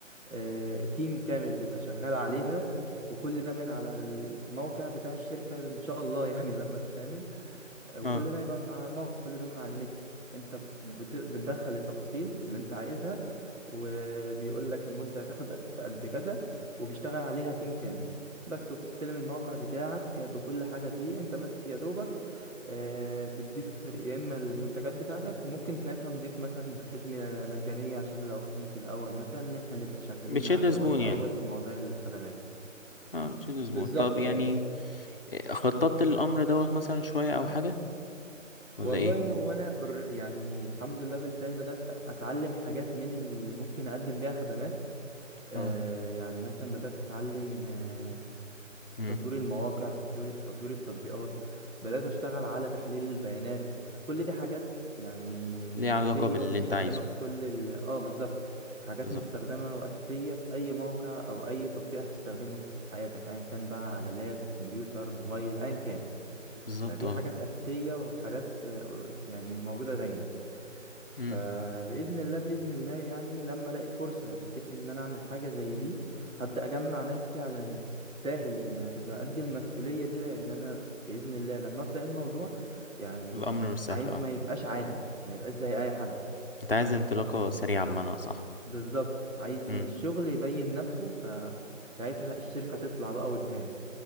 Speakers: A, on the right; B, on the left.
A: آه، تيم كامل بيبقى شغال عليها وكل ده من على الموقع بتاع الشركة ان شاء الله <laughs> يعني لما تتعمل وكل
B: اه
A: ده هيبقى من على الموقع كل ده من على النت انت بت... بتدخل التفاصيل اللي انت عايزها وبيقول لك المدة هتاخد قد كذا وبيشتغل عليها تيم كامل بس وبتستلم الموقع بتاعك بكل حاجة فيه انت بس يا دوبك آه، بتضيف يا اما المنتجات بتاعتك وممكن ساعتها نضيف مثلا خدمة مجانية عشان لو تكون في الاول مثلا ان احنا نبقى شغالين
B: بتشد
A: معاك
B: زبون
A: اول باول
B: يعني
A: في مواضيع الخدمات
B: اه بتشد زبون
A: بالظبط
B: طب يعني
A: اه
B: إيه، خططت للأمر دوت مثلا شوية أو حاجة ولا
A: والله
B: إيه؟
A: هو انا أر- يعني الحمد لله بالفعل بدات اتعلم حاجات من اللي ممكن اقدم بيها خدمات آه
B: اه
A: يعني مثلا بدات اتعلم آه
B: امم
A: تطوير المواقع تطوير, تطوير التطبيقات بدات اشتغل على تحليل البيانات كل دي حاجات يعني
B: ليه
A: اساسيه
B: علاقة باللي
A: ومستخدمه
B: أنت عايزه
A: في كل ال... اه بالظبط حاجات
B: بالظبط
A: مستخدمه واساسيه في اي موقع او اي تطبيق هتستخدمه في حياتك ايا كان بقى على لاب كمبيوتر موبايل ايا كان
B: بالظبط
A: فدي
B: اه
A: حاجات أساسية وحاجات آه، أور- يعني موجودة دايما فبإذن
B: امم
A: الله بإذن الله يعني لما ألاقي فرصة تتيح إن أنا أعمل حاجة زي دي هبدأ أجمع ناس فعلا تستاهل إنها تبقى قد المسؤولية دي لأن أنا بإذن الله لما أبدأ الموضوع يعني
B: الأمر مش سهل
A: عايز
B: اه
A: ما يبقاش عادي ما يبقاش زي أي حد
B: أنت عايز انطلاقة سريعة بمعنى صح
A: بالظبط عايز
B: امم
A: ي- الشغل يبين نفسه فساعتها الشركة تطلع بقى وتبان